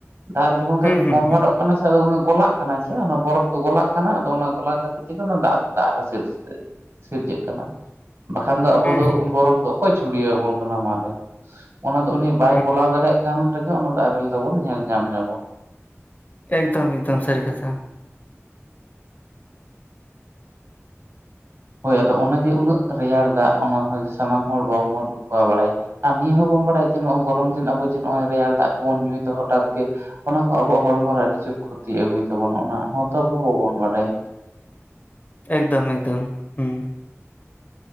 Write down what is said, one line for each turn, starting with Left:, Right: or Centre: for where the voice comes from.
Right: ᱟᱨ ᱡᱚᱠᱷᱚᱱ ᱠᱷᱟᱡ
Left: ᱦᱩᱸ ᱦᱩᱸ
Right: ᱠᱚᱱᱵᱷᱟᱨᱴᱚᱜ ᱠᱟᱱᱟ ᱥᱮ ᱟᱫᱚ ᱩᱱᱤ ᱜᱚᱞᱟᱜ ᱠᱟᱱᱟᱭ ᱪᱮ ᱚᱱᱟ ᱵᱚᱨᱚᱯᱷ ᱫᱚ ᱜᱚᱞᱟᱜ ᱠᱟᱱᱟ ᱟᱫᱚ ᱚᱱᱟ ᱜᱚᱞᱟᱼᱼ <unintelligible> ᱫᱟᱜ ᱫᱟᱜ ᱨᱮ <unintelligible> ᱥᱤᱨᱡᱟᱹᱜ ᱠᱟᱱᱟ ᱵᱟᱠᱷᱟᱱ ᱫᱚ ᱟᱵᱚ
Left: ᱦᱩᱸ
Right: ᱫᱚ ᱵᱚᱨᱚᱯᱷᱼᱼ ᱚᱠᱚᱭ ᱪᱷᱩᱲᱭᱟᱹᱣ ᱟᱵᱚᱱ ᱠᱟᱱᱟ ᱢᱟ ᱞᱟᱭ ᱢᱮ ᱚᱱᱟ ᱫᱚ ᱩᱱᱤ ᱵᱟᱭ
Left: ᱦᱩᱸ
Right: ᱜᱚᱞᱟᱣ ᱫᱟᱲᱮᱭᱟᱜ ᱠᱟᱱ ᱨᱮ ᱜᱮ ᱚᱱᱟ ᱫᱚ ᱟᱨᱮᱞ ᱫᱚᱵᱚᱱ ᱧᱮᱞ ᱧᱟᱢ ᱧᱟᱵᱚ
Left: ᱮᱠᱫᱚᱢ ᱮᱠᱫᱚᱢ ᱥᱟᱹᱨᱤ ᱠᱟᱛᱷᱟ
Right: ᱦᱳᱭ ᱟᱫᱚ ᱚᱱᱟ ᱡᱮ ᱩᱱᱟᱹᱜ ᱨᱮᱭᱟᱲ ᱫᱟᱜ ᱚᱱᱟ ᱦᱚᱸ ᱥᱟᱱᱟᱢ ᱦᱚᱲ ᱵᱟᱝ ᱵᱚᱱ ᱵᱟᱲᱟᱭᱟ ᱟᱨ ᱱᱤᱭᱟᱹ ᱦᱚᱸᱵᱚᱱ ᱵᱟᱲᱟᱭᱟ ᱡᱮ ᱱᱚᱜᱚᱭ ᱜᱚᱨᱚᱢ ᱫᱤᱱ ᱟᱵᱚ ᱡᱮ ᱱᱚᱜᱼᱚᱭ ᱨᱮᱭᱟᱲ ᱫᱟᱜ ᱠᱚ ᱵᱚᱱ ᱧᱩᱭ ᱫᱚ ᱦᱚᱴᱟᱛ ᱜᱮᱼᱼ ᱚᱱᱟ ᱠᱚ ᱟᱵᱚᱣᱟᱜ ᱦᱚᱲᱢᱚ ᱨᱮ ᱟᱹᱰᱤ ᱡᱳᱨ ᱠᱷᱚᱛᱤ ᱟᱹᱜᱩᱭ ᱛᱟᱵᱚᱱᱟ ᱚᱱᱟ ᱦᱚᱸ ᱛᱚ ᱟᱵᱚ ᱵᱟᱵᱚᱱ ᱵᱟᱰᱟᱭᱟ
Left: ᱮᱠᱫᱚᱢ ᱮᱠᱫᱚᱢ ᱦᱮᱸ